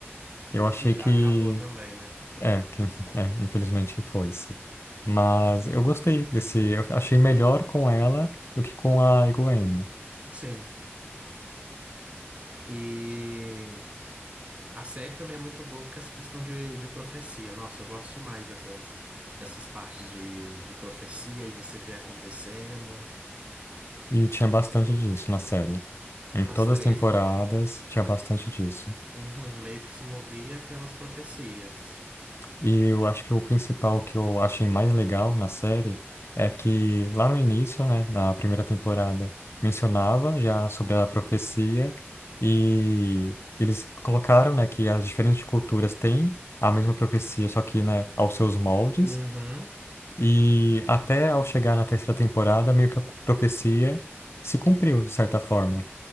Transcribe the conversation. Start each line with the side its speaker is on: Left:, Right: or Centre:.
Left: Eu achei
Right: Que já
Left: que,
Right: acabou também, né?
Left: é, que, <laughs> é, infelizmente foi-se. Mas eu gostei desse, eu achei melhor com ela do que com a Gwen.
Right: Sim. E. A série também é muito boa porque é essa questão de, de profecia. Nossa, eu gosto demais dessas, dessas partes de, de profecia e você vê acontecendo.
Left: E tinha bastante disso na série. Em
Right: As
Left: todas
Right: três,
Left: as temporadas tinha bastante disso.
Right: uhum, meio que se movia pelas profecias.
Left: E eu acho que o principal que eu achei mais legal na série é que lá no início, né, na primeira temporada, mencionava já sobre a profecia e eles colocaram, né, que as diferentes culturas têm a mesma profecia, só que, né, aos seus moldes.
Right: Uhum.
Left: E até ao chegar na terceira temporada, meio que a profecia se cumpriu de certa forma.